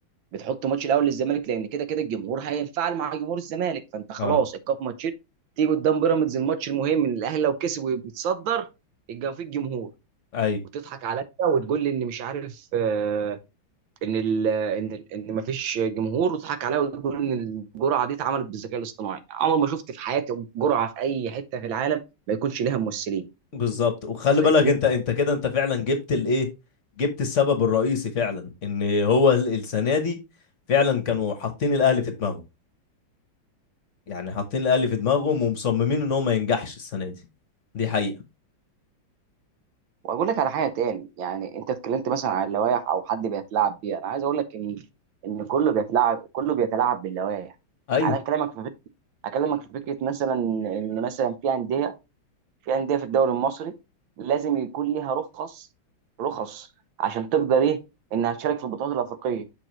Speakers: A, on the right (about 75°); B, on the left (about 45°).
A: بتحط ماتش الاول للزمالك لان كده كده الجمهور هينفعل مع جمهور الزمالك فانت خلاص
B: اه
A: ايقاف ماتشين تيجي قدام بيراميدز الماتش المهم ان الاهلي لو كسب وبيتصدر يبقى في الجمهور
B: ايوه
A: وتضحك عليا وتقول لي ان مش عارف آه، ان ال ان ال ان مفيش جمهور وتضحك عليا وتقول ان الجرعه دي اتعملت بالذكاء الاصطناعي عمر ما شفت في حياتي جرعه في اي حته في العالم ما يكونش ليها ممثلين
B: بالظبط وخلي
A: انت فاهمني؟
B: بالك انت انت كده انت فعلا جبت الايه جبت السبب الرئيسي فعلا ان هو ال- السنه دي فعلا كانوا حاطين الاهلي في دماغهم يعني حاطين الاهلي في دماغهم ومصممين ان هو ما ينجحش السنه دي دي حقيقه
A: واقول لك على حاجه تاني يعني انت اتكلمت مثلا عن اللوائح او حد بيتلاعب بيها انا عايز اقول لك ان ان كله بيتلاعب كله بيتلاعب باللوائح
B: ايوه
A: انا اكلمك في فكره اكلمك في فكره مثلا ان مثلا في انديه في انديه في الدوري المصري لازم يكون ليها رخص رخص عشان تقدر ايه انها تشارك في البطولات الافريقيه